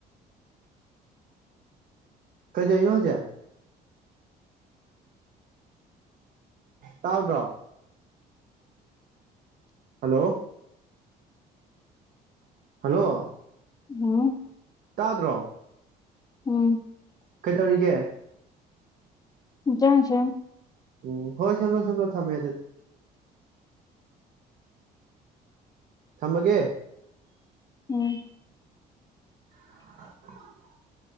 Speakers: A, on the right; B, on the left.
A: ꯀꯩꯗꯧꯏꯅꯣ ꯍꯧꯖꯤꯛ ꯇꯥꯎꯗ꯭ꯔꯣ ꯍꯜꯂꯣ ꯍꯜꯂꯣ
B: ꯎꯝ
A: ꯇꯥꯗ꯭ꯔꯣ
B: ꯎꯝ
A: ꯀꯩꯗꯧꯔꯤꯒꯦ
B: ꯍꯦꯟꯖꯥꯡ ꯁꯦꯝ
A: ꯎꯝ ꯍꯣꯏ ꯁꯦꯝꯗꯣ ꯁꯦꯝꯗꯣ ꯊꯝꯃꯦ ꯑꯗꯨꯗꯤ ꯊꯝꯃꯒꯦ
B: ꯎꯝ
A: <unintelligible>